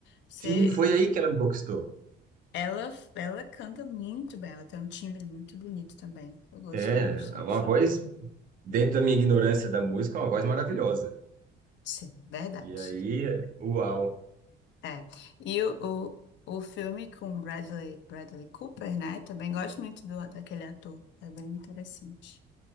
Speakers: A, on the left; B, on the right.
A: Você,
B: Sim, foi aí que ela me conquistou.
A: ela, ela canta muito bem, ela tem um timbre muito bonito também. Eu gostei
B: É,
A: bastante.
B: é uma voz, dentro da minha ignorância da música, é uma voz maravilhosa.
A: Sim, verdade.
B: E aí, uau.
A: É. E o, o, o filme com Bradley, Bradley Cooper, né? Também gosto muito do, daquele ator. É bem interessante.